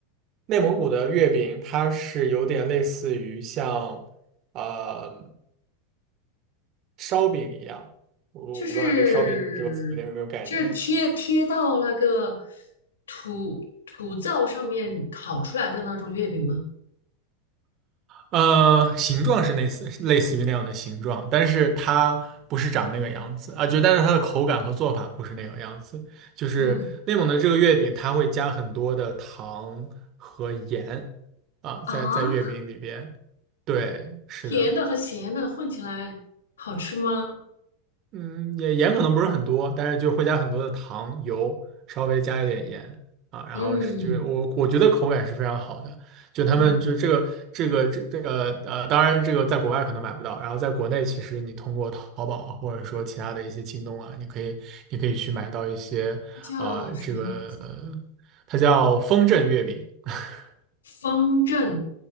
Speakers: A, on the right; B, on the left.
A: 内蒙古的月饼它是有点类似于像呃烧饼一样，我我不知道你对烧饼这个词有没有概念？
B: 就是就是贴贴到那个土土灶上面烤出来的那种月饼吗？
A: 呃，形状是类似类似于那样的形状，但是它不是长那个样子啊，就但是它的口感和做法不是那个样子。就是内蒙的这个月饼，
B: 嗯
A: 它会加很多的糖和盐啊，
B: 啊，
A: 在在月饼里边。对，是的。
B: 甜的和咸的混起来好吃吗？
A: 嗯，也盐可能不是很多，但是就会加很多的糖、油，稍微加一点盐啊，然后是就是我我觉得口感是非常好的。
B: 嗯
A: 就他们就这个这个这这个呃，
B: 嗯，
A: 当然这个在国外可能买不到，然后在国内其实你通过淘宝啊或者说其他的一些京东啊，你可以你可以去买到一些啊、
B: 它叫什么名字？
A: 呃这个呃它叫风筝月饼。<laughs>
B: 方正